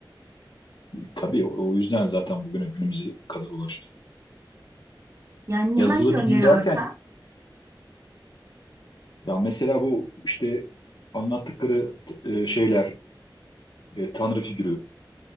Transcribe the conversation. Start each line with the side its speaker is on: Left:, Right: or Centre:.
Left: tabii o, o yüzden zaten bugüne günümüze kadar ulaştı.
Right: Yani
Left: Yazılı
Right: hangi yönleri
Left: bir din derken
Right: ortak?
Left: ya mesela bu işte anlattıkları t- e, şeyler e, tanrı figürü